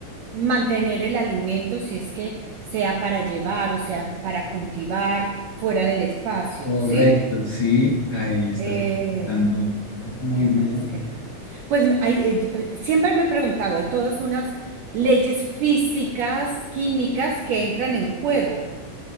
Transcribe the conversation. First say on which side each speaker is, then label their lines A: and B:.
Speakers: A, on the right; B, on the left.
A: mantener el alimento si es que sea para llevar o sea para cultivar fuera del espacio?
B: Correcto,
A: ¿Sí?
B: sí. Ahí estás
A: Eh,
B: tanto. Muy
A: ¿qué
B: bien.
A: más? ¿Qué más? Pues hay, eh, eh, siempre me he preguntado, hay todas unas leyes físicas, químicas que entran en juego